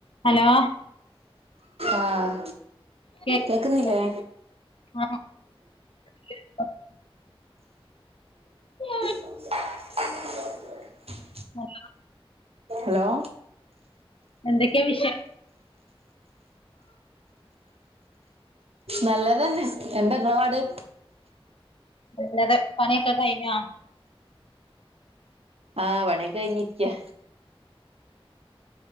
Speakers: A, on the left (about 65°); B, on the right (about 85°).
A: Hello
B: <unintelligible> ആഹ്
A: കേ
B: കേക്കുന്നില്ലേ?
A: <unintelligible> <unintelligible>
B: <unintelligible>
A: Hello
B: hello.
A: എന്തൊക്കെയാ വിശേഷം?
B: നല്ലതെന്നെ എന്താ ഇങ്ങളെ പാട്?
A: നല്ലത് പണിയൊക്കെ കഴിഞ്ഞോ
B: ആഹ് പണിയൊക്കെ കഴിഞ്ഞിരിക്ക